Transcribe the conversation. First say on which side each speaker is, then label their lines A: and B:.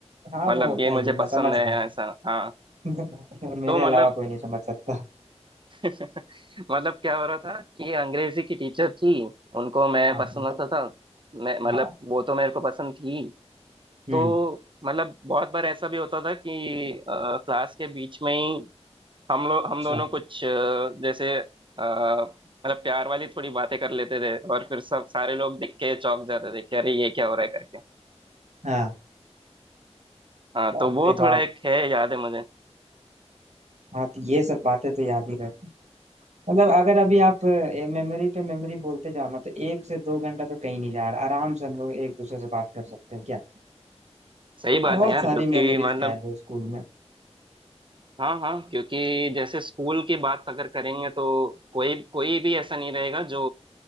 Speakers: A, on the right (about 75°); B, on the right (about 45°).
A: हाँ
B: मतलब
A: वो होता
B: ये
A: ही
B: मुझे
A: है
B: पसंद
A: मैं समझ
B: है
A: रहा
B: ऐसा हाँ
A: हूँ <laughs> मेरे
B: तो मतलब
A: अलावा कोई नहीं समझ सकता
B: <laughs> मतलब क्या हो रहा था कि अंग्रेजी की टीचर थी उनको मैं
A: हाँ
B: पसंद
A: हाँ
B: आता था मैं मतलब
A: हाँ
B: वो तो मेरे को पसंद थी
A: हम्म
B: तो मतलब बहुत बार ऐसा भी होता था कि अ, क्लास के बीच में ही हम लोग हम
A: अच्छा
B: दोनों कुछ अ, जैसे अ, मतलब प्यार वाली थोड़ी बातें कर लेते थे और फिर सब सारे लोग देख के चौंक जाते थे कि अरे ये क्या हो रहा है करके
A: हाँ
B: हाँ
A: बाप
B: तो वो
A: रे
B: थोड़ा
A: बाप
B: एक है याद है मुझे
A: हाँ तो ये सब बातें तो याद ही रहती मतलब अगर अभी आप मेमोरी पे मेमोरी बोलते जाओ ना तो एक से दो घंटा तो कहीं नहीं जा रहा आराम से हम लोग एक दूसरे से बात कर सकते हैं क्या
B: सही बात
A: बहुत
B: है यार
A: सारी
B: क्योंकि
A: मेमोरीज
B: मतलब
A: कैद है स्कूल में
B: हाँ हाँ क्योंकि जैसे स्कूल की बात अगर करेंगे तो कोई कोई भी ऐसा नहीं रहेगा जो